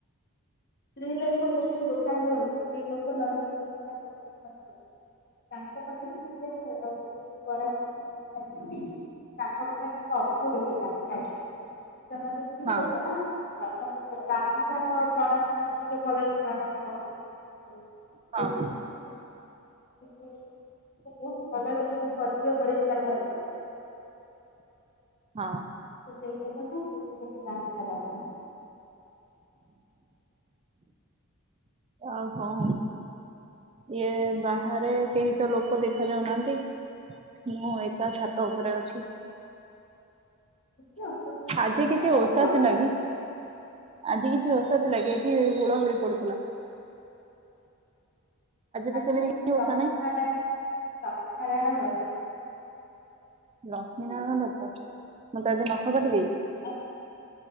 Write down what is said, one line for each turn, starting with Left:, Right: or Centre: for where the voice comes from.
Left: ସ୍ତ୍ରୀ ଲୋକ ଯୋଉଠି ଦୋକାନ ଦିଅନ୍ତି କେହିଲୋକ <unintelligible> ତାଙ୍କ ପାଖରେ କି ସେ ଯୋଉ ଗରାଖ ଥାନ୍ତି <unintelligible> ତାଙ୍କ ପାଖେରେ ଅଧିକ ଲୋକେଯାନ୍ତି ଥାଏ ସେଟା ମାନେ ସ୍ତ୍ରୀ
Right: ହଁ
Left: ଲୋକ ନା ମାନେ ରାନ୍ଧିବାର ଜଣା ଟିକେ ଭଲସେ ଜଣାଥିବ, ଆଉ
Right: ହଁ
Left: ଦେଖ ସେଠି ବହୁତ ଭଲରେ ତାକୁ କରିଥିବେ ପରିଷ୍କାର ଭାବେ କରିଥିବେ।
Right: ହଁ।
Left: ସେଇ ଜାଗାକୁ କେତେ ଲୋକ ଜାନ୍ତି ଖାଇବାକୁ।
Right: ଆଉ କଣ? ଇଏ ବାହାରେ କେହି ତ ଲୋକ ଦେଖା ଯାଉନାହାନ୍ତି। ମୁଁ ଏକା ଛାତ ଉପରେ ଅଛି।
Left: କିଛି ଅସୁବିଧା ନାହିଁ।
Right: ଆଜି କିଛି
Left: ଖରାଦିନ
Right: ଓସାଥିଲା କିି? ଆଜି କିଛି ଓସାଥିଲାକି? ଏଠି ହୁଳା ହୁଳି ପଡୁଥିଲା। ତ
Left: ଆଜି
Right: ସେମିତି କିଛି ଓଷା
Left: ଲକ୍ଷ୍ମୀ
Right: ନାହିଁ
Left: ନାରାୟଣ ଲକ୍ଷ୍ମୀ ନାରାୟଣ ବ୍ରତ।
Right: ଲକ୍ଷ୍ମୀ ନାରାୟଣ ବ୍ରତ, ମୁଁ ତ ଆଜି ନଖ କାଟି ଦେଇଛି।
Left: ଆ ଖେ